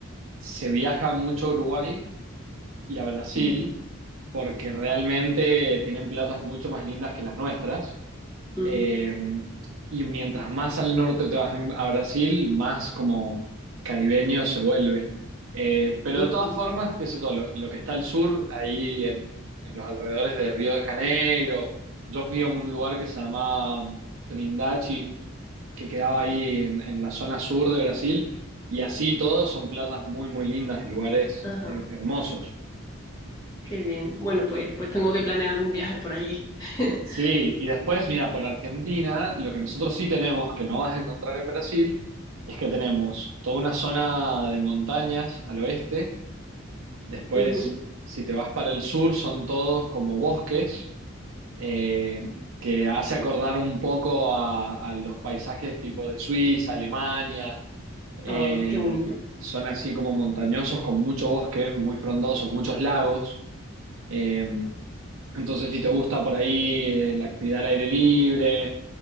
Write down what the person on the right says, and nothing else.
se viaja mucho a Uruguay y a Brasil,
porque realmente tienen playas mucho más lindas que las nuestras.
Eh, y mientras más al norte te vas en- a Brasil, más como caribeño se vuelve. Eh, pero
de todas formas, qué sé yo, lo, lo que está al sur, ahí en, en los alrededores de Río de Janeiro, yo fui a un lugar que se llamaba um, Trindade, que quedaba ahí en, en la zona sur de Brasil, y así todos son playas muy, muy lindas y lugares
eh, hermosos.
Sí, y después, mira, por Argentina, lo que nosotros sí tenemos, que no vas a encontrar en Brasil, es que tenemos toda una zona de montañas al oeste. Después,
si te vas para el sur, son todos como bosques, eh, que hace acordar un poco a, a los paisajes tipo de Suiza, Alemania. Eh,
son así como montañosos con mucho bosque, muy frondosos, muchos lagos. Eh, entonces, si te gusta por ahí eh, la actividad al aire libre